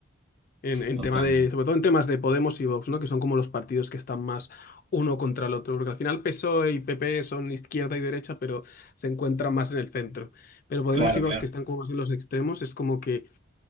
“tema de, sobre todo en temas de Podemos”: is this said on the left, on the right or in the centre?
Left